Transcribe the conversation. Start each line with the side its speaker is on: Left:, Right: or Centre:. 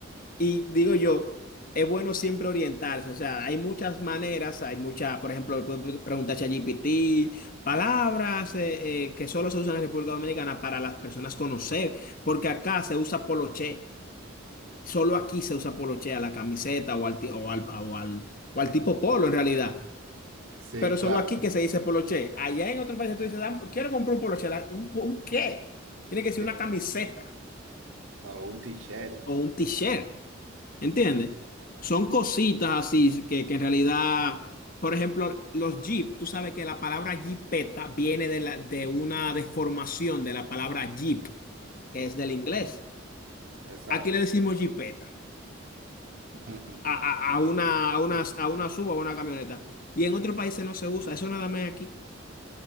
Left: Y digo yo, es bueno siempre orientarse. O sea, hay muchas maneras, hay muchas, por ejemplo, puedes preguntar a ChatGPT, palabras eh, eh, que solo se usan en República Dominicana para las personas conocer, porque acá se usa poloché. Solo aquí se usa poloche a la camiseta o al, ti- o al, o al, o al tipo polo en realidad.
Right: Sí,
Left: Pero
Right: claro,
Left: solo aquí que se dice poloche. Allá en otros países tú dices, "Dam- quiero comprar un poloche. La- ¿Un, po- un qué? Tiene que ser
Right: que
Left: una
Right: es
Left: camiseta
Right: o un tichel,
Left: o un t-shirt. ¿Entiendes? Son cositas así que, que en realidad, por ejemplo, los jeep, tú sabes que la palabra jeepeta viene de, la, de una deformación de la palabra jeep, que es del inglés.
Right: exacto.
Left: Aquí le decimos jeepeta.
Right: <laughs>
Left: a, a- a una, a, una, a una suba o a una camioneta. Y en otros países no se usa, eso nada más aquí,